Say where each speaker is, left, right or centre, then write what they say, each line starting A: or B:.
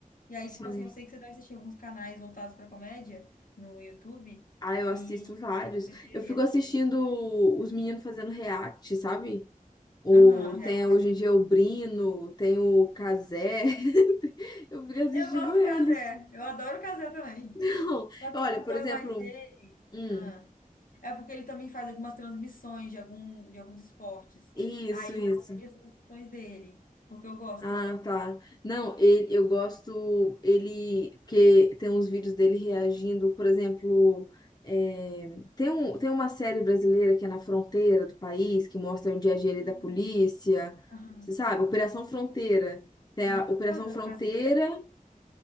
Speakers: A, on the left; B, on the left.
A: E aí,
B: sim.
A: tipo assim, eu sei que você deve assistir alguns canais voltados pra comédia no YouTube
B: Ah, eu
A: que
B: assisto vários.
A: eu tenho interesse,
B: Eu fico assistindo
A: assim.
B: os meninos fazendo react, sabe? O,
A: Aham, reação.
B: tem hoje em dia o Brino, tem o Cazé. <laughs> Eu fico assistindo
A: Eu gosto
B: eles.
A: do Cazé, eu adoro o Cazé também.
B: Não,
A: Só que
B: olha,
A: eu acompanho
B: por exemplo,
A: mais ele.
B: hum,
A: Ah, é porque ele também faz algumas transmissões de, algum, de alguns esportes.
B: isso,
A: Aí eu
B: isso.
A: vejo as transmissões dele, porque eu gosto.
B: Ah, tá. Não, ele, eu gosto ele porque tem uns vídeos dele reagindo, por exemplo, é, tem um, tem uma série brasileira que é na fronteira do país, que mostra o dia a dia ali
A: Ah,
B: da polícia,
A: aham,
B: você sabe? Operação Fronteira. Tem
A: aham.
B: a Operação
A: Mas é
B: Fronteira
A: brasileiro?